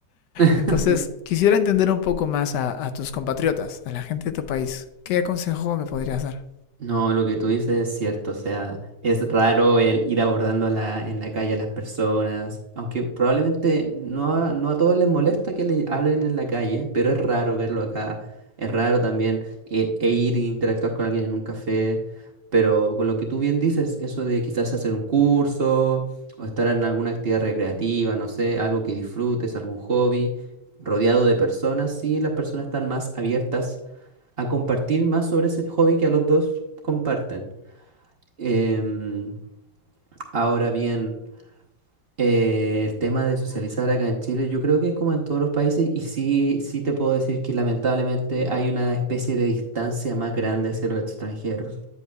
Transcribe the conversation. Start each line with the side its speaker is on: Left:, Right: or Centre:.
Right: <laughs>
Left: Entonces, quisiera entender un poco más a, a tus compatriotas, a la gente de tu país. ¿Qué consejo me podrías dar?
Right: No, lo que tú dices es cierto, o sea, es raro el ir abordando a la, en la calle a las personas, aunque probablemente no a, no a todos les molesta que le hablen en la calle, pero es raro verlo acá, es raro también e, e ir e interactuar con alguien en un café, pero con lo que tú bien dices, eso de quizás hacer un curso o estar en alguna actividad recreativa, no sé, algo que disfrutes, algún hobby, rodeado de personas, sí, las personas están más abiertas a compartir más sobre ese hobby que a los dos comparten. Em, ahora bien, eh, el tema de socializar acá en Chile, yo creo que es como en todos los países y sí, sí te puedo decir que lamentablemente hay una especie de distancia más grande hacia los extranjeros,